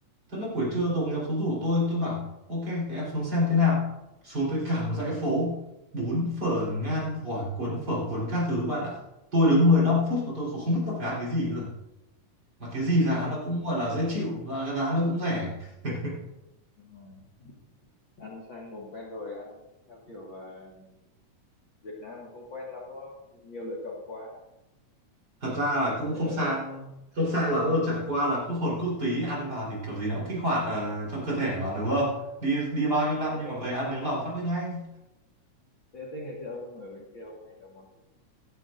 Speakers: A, on the right; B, on the left.
A: thế lúc buổi trưa đồng nghiệp xuống rủ tôi tôi bảo ok thì em xuống xem thế nào xuống tới cả một dãy phố bún phở ngan gỏi cuốn phở cuốn các thứ bạn ạ tôi đứng 15 phút mà tôi không biết tôi phải ăn cái gì cơ mà cái gì giá nó cũng gọi là dễ chịu và cái giá nó cũng rẻ <laughs>
B: đúng rồi. ăn sang mồm quen rồi ăn theo kiểu ờ, Việt Nam mà không quen lắm đúng không nhiều lựa chọn quá
A: thật ra là
B: lại
A: cũng không
B: phải ở
A: sang không sang lắm đâu chả qua là quốc hồn quốc túy ăn vào thì kiểu gì nó cũng kích hoạt ờ, trong cơ thể mà đúng không đi đi bao nhiêu năm
B: thế
A: nhưng
B: ngày
A: mà về ăn miếng lòng phát biết ngay
B: thế, thế ngày xưa ông ở bên kia ông hay nấu món gì